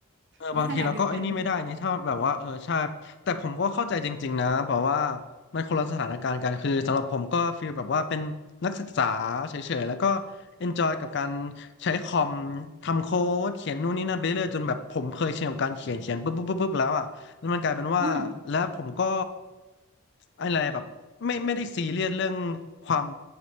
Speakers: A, on the left; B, on the right.
A: เออบางทีเราก็ไอ้นี่ไม่ได้นี่ถ้าแบบว่าเออใช่แต่ผมก็เข้าใจจริงๆนะแบบว่า
B: ในขณะเดียวกัน
A: มันคนละสถานการณ์กันคือสำหรับผมก็ฟีลแบบว่าเป็นนักศึกษาเฉยๆแล้วก็ enjoy กับการใช้คอมทำโค้ดเขียนนู่นนี่นั่นไปเรื่อยจนแบบผมเคยชินกับการเขียนเขียนปุ๊บปุ๊บปุ๊บปุ๊บแล้วอ่ะ แล้วมันกลายเป็นว่าแล้วผมก็
B: อืม
A: อะไรแบบไม่ไม่ได้ซีเรียสเรื่องความ